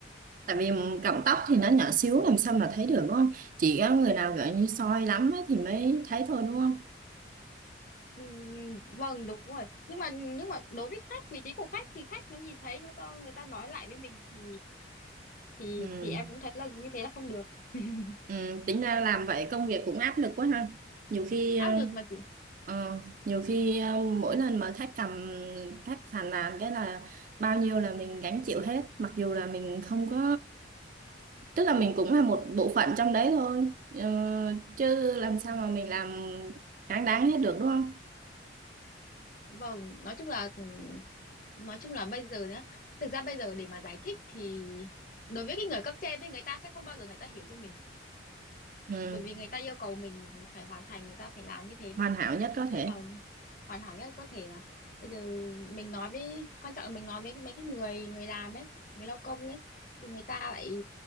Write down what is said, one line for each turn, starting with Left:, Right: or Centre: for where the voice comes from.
Right: tại vì cọng tóc thì nó nhỏ xíu làm sao mà thấy được đúng không chỉ có người nào gọi như soi lắm ấy thì mới thấy thôi đúng không
Left: Ừ, vâng đúng rồi nhưng mà nhưng mà đối với khách vị trí của khách thì khách nó nhìn thấy người ta người ta nói lại với mình thì thì
Right: ừ.
Left: thì em cũng thấy là như thế là không được <laughs>
Right: Ừ. tính ra làm vậy công việc cũng áp lực quá ha nhiều khi
Left: áp
Right: ờ,
Left: lực mà chị
Right: ờ, nhiều khi ờ, mỗi lần mà khách cầm khách phàn nàn cái là bao nhiêu là mình gánh chịu hết mặc dù là mình không có tức là mình cũng là một bộ phận trong đấy thôi Ờ, chứ làm sao mà mình làm đáng đáng hết được đúng không
Left: vâng nói chung là nói chung là bây giờ nhá thực ra bây giờ để mà giải thích thì đối với cái người cấp trên thì người ta sẽ không bao giờ người ta hiểu cho mình
Right: ừ.
Left: bởi vì người ta yêu cầu mình phải hoàn thành người ta phải làm như thế
Right: hoàn
Left: mà
Right: hảo nhất có thể
Left: nhưng mà hoàn hảo nhất có thể mà bây giờ mình nói với quan trọng là mình nói với cái- mấy cái người người làm ấy người lao công ấy thì người ta lại